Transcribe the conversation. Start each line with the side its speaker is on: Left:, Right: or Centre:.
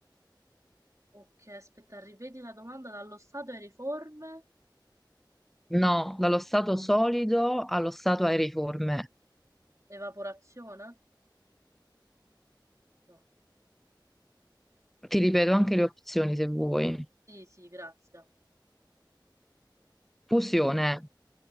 Right: ok. Aspetta, ripeti la domanda dallo stato e riforme.
Centre: No, dallo stato solido allo stato aeriforme.
Right: Evaporazione? No.
Centre: Ti ripeto anche le opzioni se vuoi.
Right: Sì, sì, grazie.
Centre: Fusione,